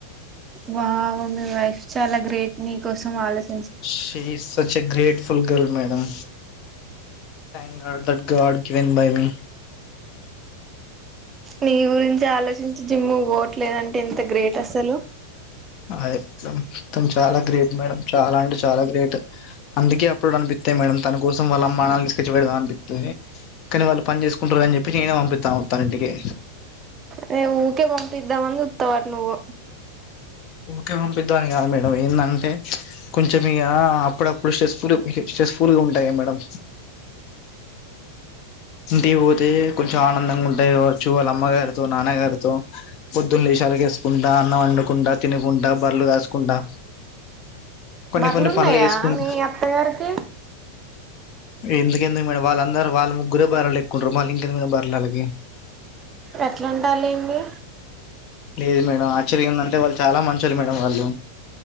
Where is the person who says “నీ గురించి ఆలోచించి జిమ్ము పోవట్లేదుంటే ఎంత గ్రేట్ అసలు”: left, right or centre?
Right